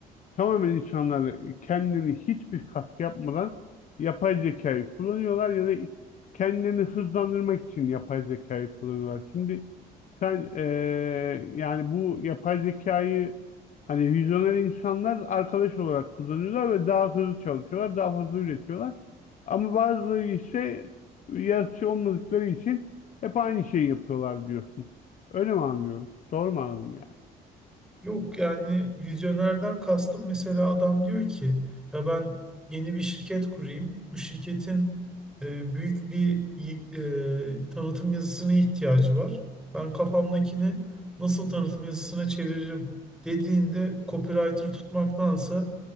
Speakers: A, on the left; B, in the centre.
A: Tamamen insanlar kendileri hiçbir katkı yapmadan yapay zekayı kullanıyorlar ya da kendilerini hızlandırmak için yapay zekayı kullanıyorlar. Şimdi sen eee, yani bu yapay zekayı hani vizyoner insanlar arkadaş olarak kullanıyorlar ve daha hızlı çalışıyorlar, daha fazla üretiyorlar. Ama bazıları ise yaratıcı olmadıkları için hep aynı şeyi yapıyorlar diyorsun. Öyle mi anlıyorum? Doğru mu anladım
B: Yok yani vizyonerden kastım mesela adam diyor ki ya ben yeni bir şirket kurayım. Bu şirketin e, büyük bir y- e, tanıtım yazısına ihtiyacı var. Ben kafamdakini nasıl tanıtım yazısına çeviririm dediğinde copywriter tutmaktansa